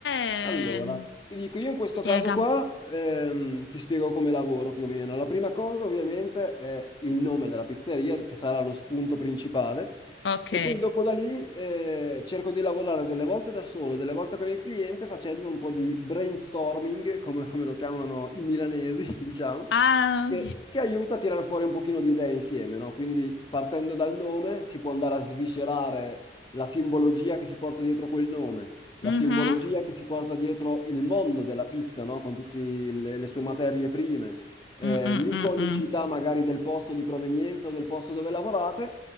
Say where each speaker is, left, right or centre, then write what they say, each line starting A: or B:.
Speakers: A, on the left (about 85°); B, on the left (about 25°).
A: ehm,
B: Allora, ti dico, io in questo
A: Spiega.
B: caso qua ehm, ti spiego come lavoro più o meno. La prima cosa ovviamente è il nome della pizzeria, che sarà lo spunto principale,
A: Ok.
B: e poi dopo da lì eh, cerco di lavorare delle volte da solo, delle volte con il cliente, facendo un po' di brainstorming, come, come lo chiamano i milanesi, <laughs> diciamo,
A: Ah,
B: che, che aiuta a tirare fuori un pochino di idee insieme, no? Quindi partendo dal nome si può andare a sviscerare la simbologia che si porta dietro quel nome la
A: mhm,
B: simbologia che si porta dietro il mondo della pizza, no? Con tutte le, le sue materie prime, eh,
A: mm, mm,
B: l'iconicità
A: mm, mm.
B: magari del posto di provenienza o del posto dove lavorate.